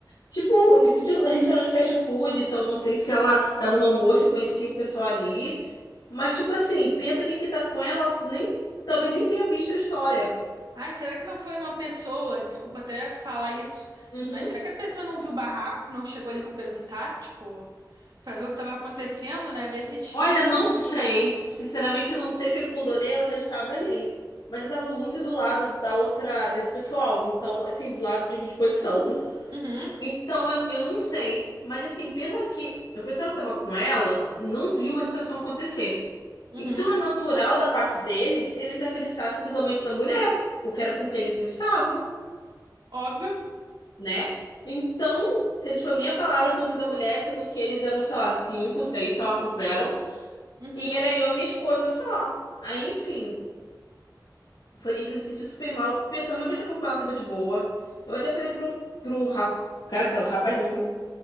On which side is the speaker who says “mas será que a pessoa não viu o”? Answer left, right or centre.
Right